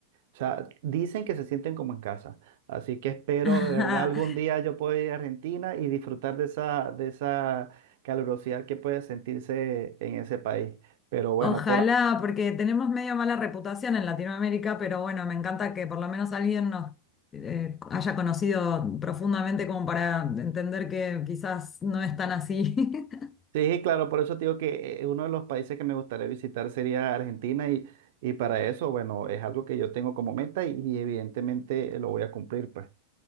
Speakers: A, on the right; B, on the left.
A: O sea, dicen que se sienten como en casa. Así que espero
B: <laughs>
A: de verdad algún día yo pueda ir a Argentina y disfrutar de esa, de esa calurosidad que puede sentirse en ese país. Pero bueno,
B: Ojalá,
A: por,
B: porque tenemos medio mala reputación en Latinoamérica, pero bueno, me encanta que por lo menos alguien nos eh, haya conocido profundamente como para entender que quizás no es tan así. <laughs>
A: sí, claro, por eso te digo que eh, uno de los países que me gustaría visitar sería Argentina y, y para eso, bueno, es algo que yo tengo como meta y, y evidentemente eh, lo voy a cumplir, pues.